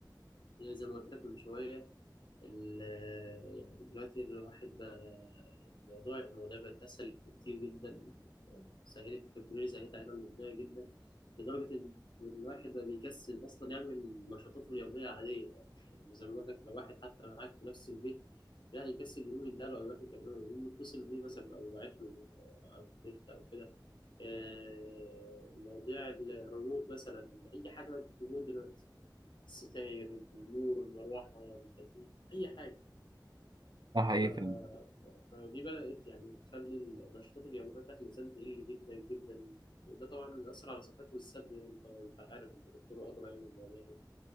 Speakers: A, on the left; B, on the right.
A: يعني زي ما قلت لك من شوية ال- يعني دلوقتي الواحد بقى الموضوع المواضيع بقت أسهل كتير جدا سهلت التكنولوجيا سهلت علينا المواضيع جدا لدرجة إن الواحد بقى بيكسل أصلا يعمل نشاطاته اليومية عادية يعني زي ما بقول لك لو واحد حتى معاك في نفس البيت لا يكسل يقوم يداله أو يروح يكلمه أو يقوم يتصل بيه مثلا أو يبعت له على النت أو كده آه، مواضيع الريموت مثلا أي حاجة بقت ريموت دلوقتي الستاير النور المروحة التكييف أي حاجة
B: ده حقيقي
A: ف...
B: فعلا
A: فدي بدأت يعني تخلي النشاطات اليومية بتاعت الإنسان تقل جدا جدا وده طبعا بيأثر على صحته والسلب يعني طبعا أنت عارف أنت دكتور أدرى يعني يعني